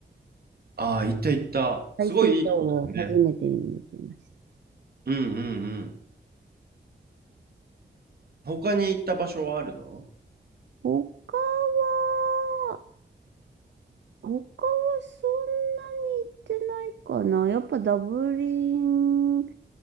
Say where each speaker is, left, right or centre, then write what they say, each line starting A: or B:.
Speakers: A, on the right; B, on the right.
A: ああ、行った行った。
B: 大西洋を初めて見に行きました。
A: すごいいいとこだよね。うんうんうん。他に行った場所はあるの
B: 他は、他はそんなに行ってないかな。やっぱダブリン